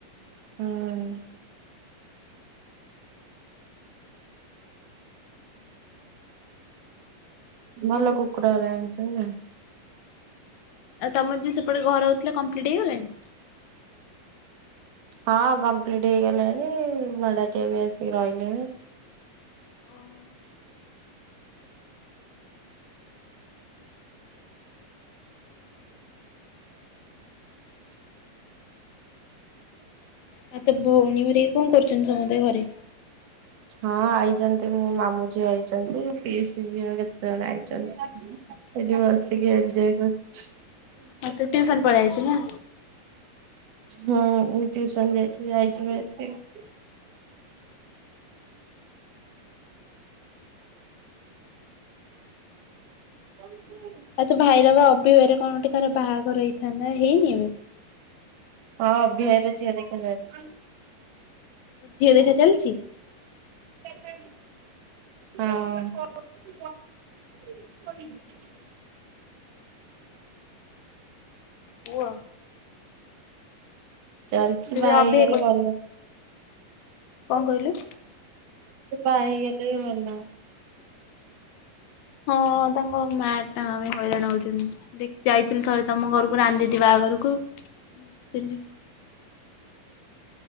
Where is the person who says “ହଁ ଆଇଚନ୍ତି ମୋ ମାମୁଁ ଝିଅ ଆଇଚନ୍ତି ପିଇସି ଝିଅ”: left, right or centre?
Right